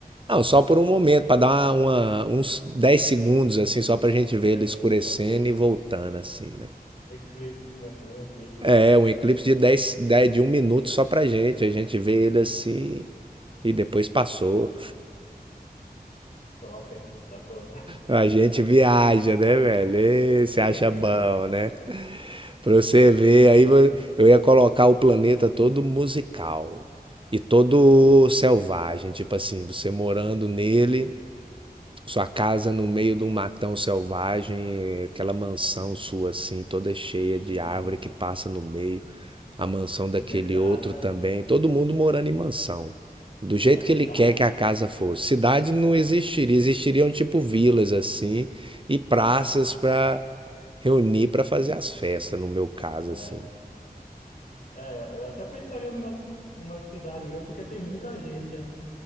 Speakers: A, on the right; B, on the left.
A: Não, só por um momento, para dar uma, uma- uns 10
B: <laughs>
A: segundos, assim, só pra gente ver
B: É,
A: ele escurecendo
B: é, pode ser.
A: e voltando, assim, né?
B: Eclipse, né? Fazer um eclipse
A: É, um eclipse de dez, dez de um minuto só pra gente. A gente vê ele assim e depois passou.
B: top, hein? Dá pra.
A: A gente viaja, né, velho? Ê, se
B: <laughs>
A: acha bom, né? Pra você ver,
B: Boa,
A: aí vo- eu ia colocar o planeta todo musical e todo selvagem, tipo assim, você morando nele sua casa no meio de um matão selvagem, aquela mansão sua assim, toda cheia de
B: sim.
A: árvore que passa no meio, a mansão daquele
B: Integrado,
A: outro
B: né?
A: também,
B: É.
A: todo mundo morando em mansão, do jeito
B: A
A: que
B: cidade,
A: ele quer que
B: a
A: a casa
B: ci-
A: fosse. Cidade não existiria,
B: sim.
A: existiriam tipo vilas assim e praças para reunir para fazer as festas, no meu caso
B: É,
A: assim.
B: é eu eu até pensaria numa, numa cidade grande, porque tem muita gente, né?